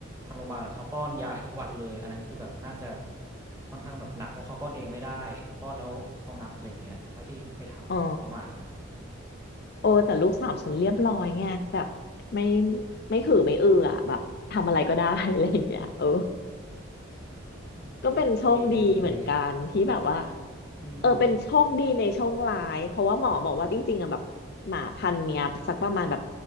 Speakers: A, on the right; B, on the left.
A: ทางโรงบาลอะเขาป้อนยาให้ทุกวันเลยอันนั้นคือแบบน่าจะค่อนข้างแบบหนักเพราะเขาป้อนเองไม่ได้ป้อนแล้วเขางับอะไรอย่างเงี้ยเท่าที่ไปถามเขามา
B: อ๋อโอ้แต่ลูกสาวฉันเรียบร้อยไงแบบไม่ไม่หือไม่อืออ่ะแบบทำอะไรก็ได้ <laughs> อะไรอย่างเงี้ยเออ
A: <laughs> อืม
B: ก็เป็นโชคดีเหมือนกันที่แบบว่า
A: ดีจังเลย <laughs> อืม
B: เออเป็นโชคดีในโชคร้ายเพราะว่าหมอบอกว่าจริงๆอะแบบหมาพันธุ์เนี้ยสักประมาณแบบ